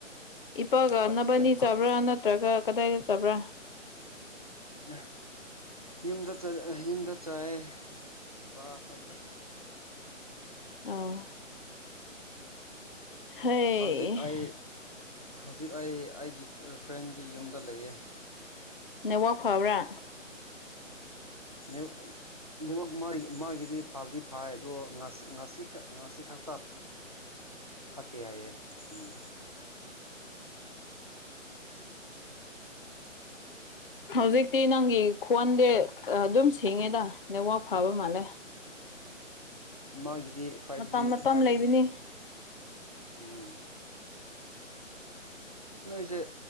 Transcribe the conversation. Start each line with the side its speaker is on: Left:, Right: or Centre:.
Left: ꯏꯄꯥꯒ
Right: ꯍꯥꯔꯠ
Left: ꯅꯕꯅꯤ
Right: ꯆꯤꯛꯀꯟ ꯐꯪ
Left: ꯆꯥꯕ꯭ꯔꯥ ꯅꯠꯇ꯭ꯔꯒ ꯀꯗꯥꯏꯗ ꯆꯕ꯭ꯔꯥ
Right: ꯌꯥ ꯌꯨꯝꯗ ꯌꯨꯝꯗ ꯆꯠꯑꯦ ꯏꯄꯥ ꯑꯩꯈꯣꯏꯅꯤ
Left: ꯑ ꯍꯣꯏ
Right: ꯍꯧꯖꯤꯛ ꯑꯩ ꯍꯧꯖꯤꯛ ꯑꯩ ꯑꯩꯒꯤ ꯐ꯭ꯔꯦꯟꯒꯤ ꯌꯨꯝꯗ ꯂꯩꯌꯦ
Left: ꯅꯦꯠꯋꯥꯛ ꯐꯕ꯭ꯔꯥ
Right: ꯅ ꯑꯗꯨꯃꯛ ꯃꯥꯒꯤ ꯃꯥꯒꯤꯗꯤ ꯐꯕꯗꯤ ꯐꯥꯏ ꯑꯗꯣ ꯉꯁꯤ ꯉꯁꯤ ꯉꯁꯤ ꯈꯛꯇ ꯐꯠꯇꯦ ꯍꯥꯏꯌꯦ ꯎꯝ
Left: ꯍꯧꯖꯤꯛꯇꯤ ꯅꯪꯒꯤ ꯈꯣꯟꯗꯦ ꯑꯗꯨꯝ ꯊꯦꯡꯉꯦꯗ ꯅꯋꯥꯛ ꯐꯥꯕ ꯃꯥꯜꯂꯦ
Right: ꯃꯥꯒꯤꯗꯤ ꯐꯥꯏꯚ
Left: ꯃꯇꯝ
Right: ꯖꯤ
Left: ꯃꯇꯝ
Right: ꯐꯥꯏꯚꯖꯤ
Left: ꯂꯩꯕꯅꯤ
Right: ꯎꯝ ꯅꯣꯏꯁꯦ